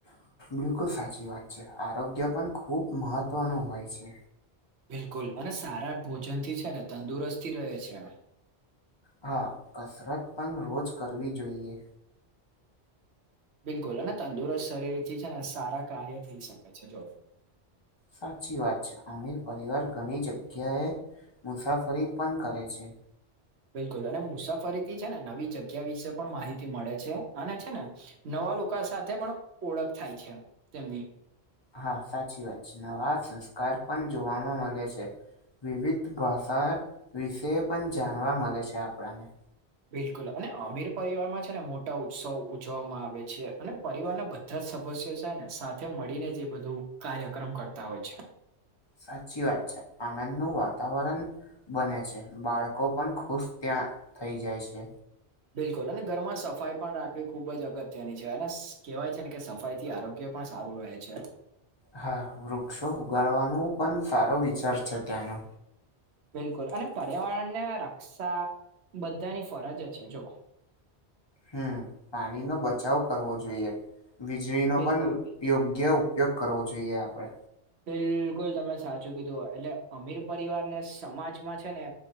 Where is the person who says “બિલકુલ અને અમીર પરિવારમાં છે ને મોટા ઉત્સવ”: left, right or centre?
Right